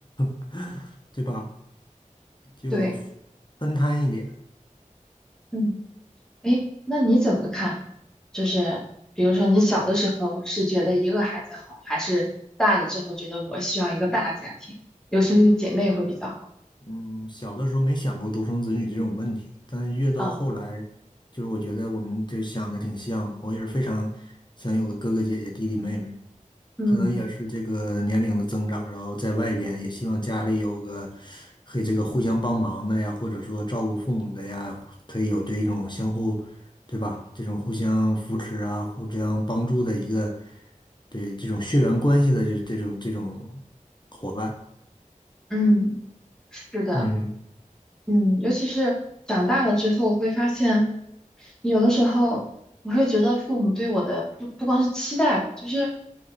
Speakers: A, on the left; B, in the centre.
A: <laughs> 对吧？就
B: 对，
A: 分摊一点。
B: 嗯，哎，那你怎么看？就是比如说你小的时候是觉得一个孩子好，还是大了之后觉得我需要一个大家庭，有兄弟姐妹会比较好？
A: 嗯，小的时候没想过独生子女这种问题，但是越到后来，
B: 嗯
A: 就是我觉得我们就想的挺像的。我也是非常想有个哥哥姐姐、弟弟妹妹，
B: 嗯
A: 可能也是这个年龄的增长，然后在外边也希望家里有个可以这个互相帮忙的呀，或者说照顾父母的呀，可以有这一种相互，对吧？这种互相扶持啊，互相帮助的一个，对这种血缘关系的这这种这种伙伴，
B: 嗯。是的，
A: 嗯。
B: 嗯，尤其是长大了之后，我会发现有的时候我会觉得父母对我的不不光是期待吧，就是